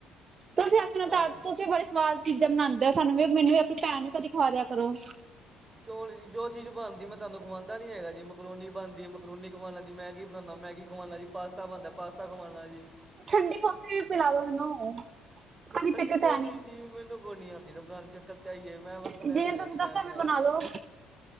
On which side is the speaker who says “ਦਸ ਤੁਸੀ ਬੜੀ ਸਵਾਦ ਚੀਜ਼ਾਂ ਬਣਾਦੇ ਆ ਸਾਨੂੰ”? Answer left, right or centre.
Right